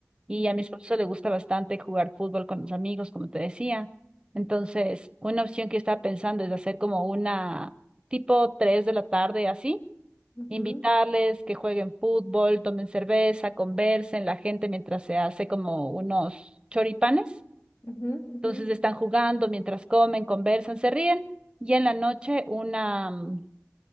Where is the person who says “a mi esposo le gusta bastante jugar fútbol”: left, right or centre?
Right